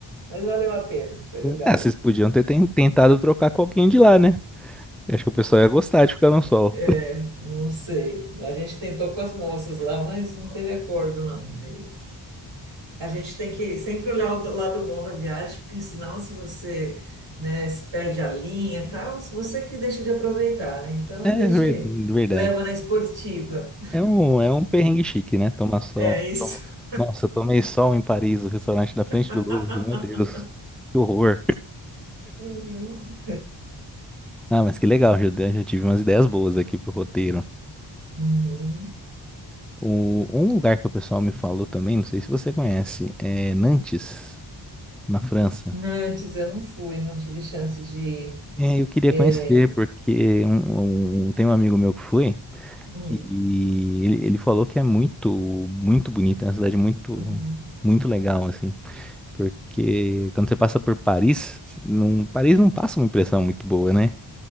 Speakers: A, on the right; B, in the centre.
A: Mas valeu a pena, foi legal.
B: Ah, vocês podiam ter ten- tentado trocar com alguém de lá, né? Eu Acho que o pessoal ia gostar de ficar no sol.
A: É, não sei. A gente tentou com as moças lá, mas não teve acordo, não. E A gente tem que sempre olhar o lado bom da viagem, porque senão, se você, né, se perde a linha e tal, se você que deixa de aproveitar, né? Então,
B: É
A: a gente
B: ver- verdade.
A: leva na esportiva.
B: É um, é um perrengue chique, né? Tomar sol.
A: É isso.
B: toma- Nossa, eu tomei sol em Paris, o restaurante da frente
A: <laughs>
B: do Louvre. Meu Deus, que horror.
A: Uhum.
B: Ah, mas que legal, já, dei- já tive umas ideias boas aqui pro roteiro.
A: Uhum.
B: O, um lugar que o pessoal me falou também, não sei se você conhece, é Nantes, na França.
A: Nantes, eu não fui, não tive chance de ir.
B: É, eu queria
A: É,
B: conhecer, porque um- um- tem um amigo meu que foi.
A: hum,
B: E ele, ele falou que é muito, muito bonito, é uma cidade muito,
A: uhum.
B: muito legal, assim. Porque quando você passa por Paris, não, Paris não passa uma impressão muito boa, né?